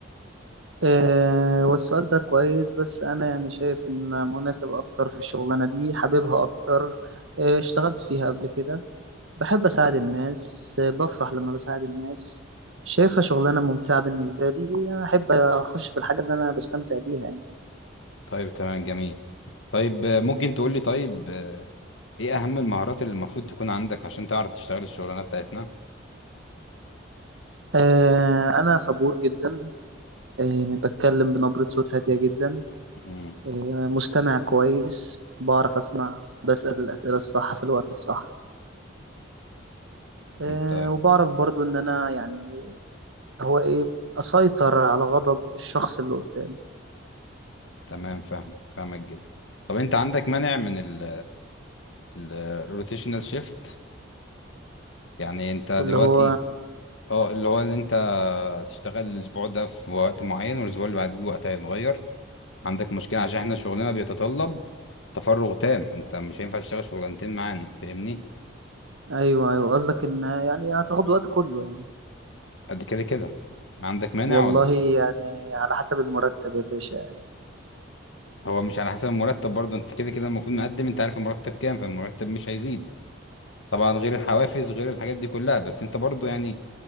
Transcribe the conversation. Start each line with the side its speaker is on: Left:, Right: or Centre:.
Right: آه، والسؤال ده كويس بس أنا يعني شايف إن مناسب أكتر في الشغلانة دي حاببها أكتر آه، اشتغلت فيها قبل كده بحب أساعد الناس آه، بفرح لما بساعد الناس شايفها شغلانة ممتعة بالنسبة لي أنا أحب أخش في الحاجة اللي أنا بستمتع بيها يعني
Left: طيب تمام جميل طيب آه، ممكن تقول لي طيب آه، ايه اهم المهارات اللي المفروض تكون عندك عشان تعرف تشتغل الشغلانة بتاعتنا؟
Right: آه، أنا صبور جدا آه، بتكلم بنبرة صوت هادية جدا
Left: امم
Right: آه، مستمع كويس بعرف أسمع بسأل الأسئلة الصح في الوقت الصح آه،
Left: طيب
Right: وبعرف برضو ان انا يعني هو ايه اسيطر على غضب الشخص اللي قدامي
Left: تمام فاهمك فاهمك جدا طب انت عندك مانع من ال الروتيشنال شيفت يعني انت دلوقتي
Right: واللي هو
Left: اه اللي هو ان انت تشتغل الاسبوع ده في وقت معين والاسبوع اللي بعديه وقت هيتغير عندك مشكلة عشان احنا شغلنا بيتطلب تفرغ تام انت مش هينفع تشتغل شغلانتين معانا فاهمني
Right: ايوه ايوه قصدك ان يعني هتاخد وقت كله يعني
Left: قد كده كده ما عندك مانع
Right: والله
Left: ولا
Right: يعني على حسب المرتب يا باشا يعني
Left: هو مش على حسب المرتب برضه انت كده كده المفروض مقدم انت عارف المرتب كام فالمرتب مش هيزيد طبعا غير الحوافز غير الحاجات دي كلها بس انت برضه يعني